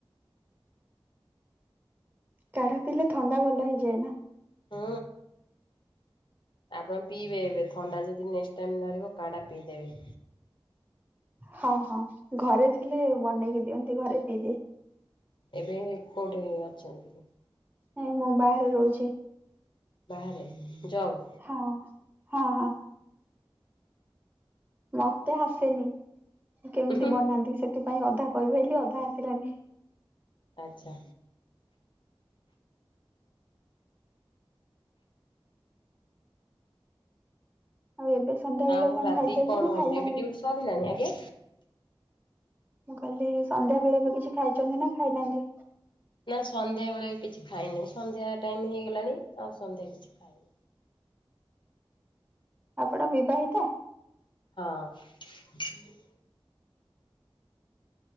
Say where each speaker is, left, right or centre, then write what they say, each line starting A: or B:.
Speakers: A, on the right (about 20°); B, on the left (about 60°).
A: କାଢ଼ା ପିଇଲେ ଥଣ୍ଡା ଭଲ ହେଇଯାଏ ନା?
B: ହଁ। ଆପଣ ପିଇବେ ଏବେ, ଥଣ୍ଡା ଯଦି ନେକ୍ସଟ୍ ଟାଇମ୍ ଧରିବ କାଢ଼ା ପିଇଦେବେ।
A: ହଁ-ହଁ ଘରେ ଥିଲେ ବନେଇକି ଦିଅନ୍ତି ଘରେ ପିଇ ଦିଏ।
B: ଏବେ କୋଉଠି ଅଛନ୍ତି?
A: ନାଇଁ ମୁଁ ବାହାରେ ରହୁଚି।
B: ବାହାରେ ଜବ୍
A: ହଁ-ହଁ-ହଁ। ମତେ ଆସେନି କେମିତି
B: ଉହୁଁ
A: ବନାନ୍ତି, ସେଥିପାଇଁ ଅଧା କହିପାଇଲି ଅଧା ଆସିଲାନି।
B: ଆଚ୍ଛା।
A: ଆଉ ଏବେ ସନ୍ଧ୍ୟାବେଳେ
B: ଆଉ
A: କଣ
B: ରାତି
A: ଖାଇଛନ୍ତି
B: କଣ
A: ନା ଖାଇନାହାନ୍ତି?
B: ହବ ଏବେ ଡ୍ୟୁଟି ସରିଲାଣି ଆଜ୍ଞା?
A: ମୁଁ କହିଲି ସନ୍ଧ୍ୟାବେଳେ ଏବେ କିଛି ଖାଇଛନ୍ତି ନା ଖାଇନାହାନ୍ତି?
B: ନା ସନ୍ଧ୍ୟାବେଳେ କିଛି ଖାଇନି ସନ୍ଧ୍ୟା ଟାଇମ୍ ହେଇଗଲାଣି ଆଉ ସନ୍ଧ୍ୟା କିଛି ଖାଇନି।
A: ଆପଣ ବିବାହିତା?
B: ହଁ।